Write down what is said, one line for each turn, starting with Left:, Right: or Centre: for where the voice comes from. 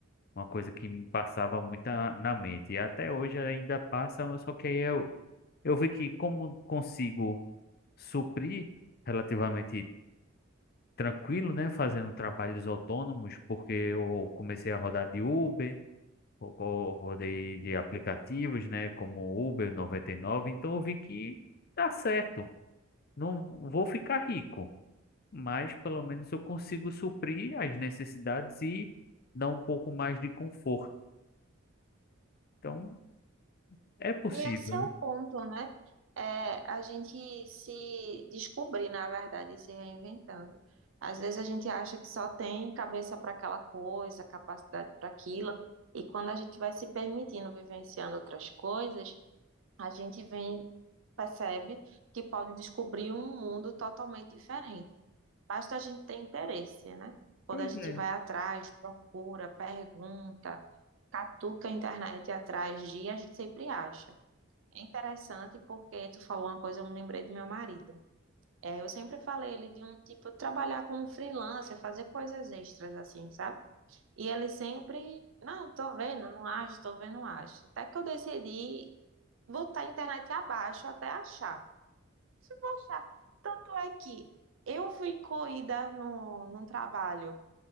Left: uma coisa que me passava muito na na mente, e até hoje ainda passa, mas só que aí eu, eu vi que como consigo suprir relativamente tranquilo, né, fazendo trabalhos autônomos, porque eu comecei a rodar de Uber, ro- ro- rodei de aplicativos, né, como Uber 99. então eu vi que dá certo. Não vou ficar rico, mas pelo menos eu consigo suprir as necessidades e dar um pouco mais de conforto. Então é possível,
Right: E esse é
Left: né?
Right: o ponto, né? É a gente se descobrir, na verdade, e se reinventando. Às vezes a gente acha que só tem cabeça para aquela coisa, capacidade para aquilo, e quando a gente vai se permitindo vivenciando outras coisas, a gente vem, percebe que pode descobrir um mundo totalmente diferente. Basta a gente ter interesse, né? Quando
Left: Pois
Right: a gente
Left: é.
Right: vai atrás, procura, pergunta, catuca a internet atrás de, a gente sempre acha. É interessante porque tu falou uma coisa, eu me lembrei do meu marido. É, eu sempre falei ele de um tipo trabalhar como freelancer, fazer coisas extras assim, sabe? E ele sempre, não, tô vendo, não acho, tô vendo, não acho. Até que eu decidi botar a internet abaixo até achar. Se vou achar. Tanto é que eu fui incluída no, num trabalho.